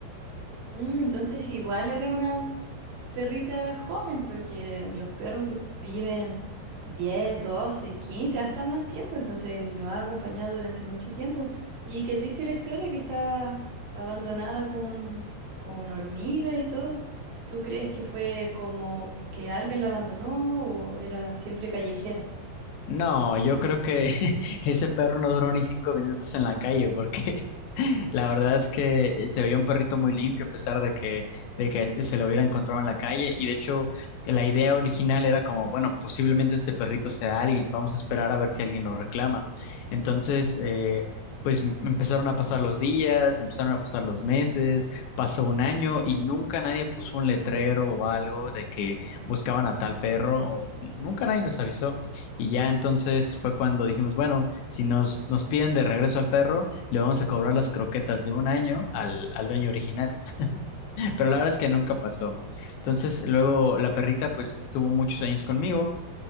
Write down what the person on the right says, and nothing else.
mm, entonces igual era una perrita joven, porque los perros du- viven 10 12 15 hasta más tiempo, entonces lo ha acompañado durante mucho tiempo. Y qué triste la historia que estaba abandonada con, con hormigas y todo. ¿Tú crees que fue como que alguien la abandonó o era siempre callejera?